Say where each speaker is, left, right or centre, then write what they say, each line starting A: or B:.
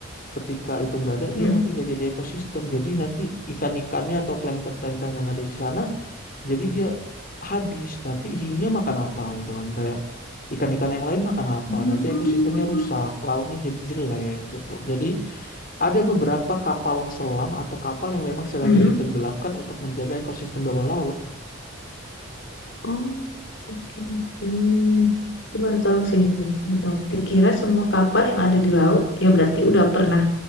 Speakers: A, on the left (about 40°); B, on the left (about 60°).
A: ketika itu nggak ada, dia
B: Mm-mm.
A: nanti nggak jadi ekosistem. Jadi nanti ikan-ikannya atau plankton-plankton yang ada di sana, jadi dia habis. Nanti hiunya makan apa gitu kan. Kayak ikan-ikan yang lain makan apa.
B: Hmm.
A: Nanti ekosistemnya rusak, lautnya jadi jelek gitu. Jadi ada beberapa kapal selam atau kapal yang memang sengaja
B: Mm-mm.
A: ditenggelamkan untuk menjaga ekosistem bawah laut.
B: Oh, oke, oke. Aku baru tahu sih ini. Baru tahu. Dikira semua kapal yang ada di laut, ya berarti udah pernah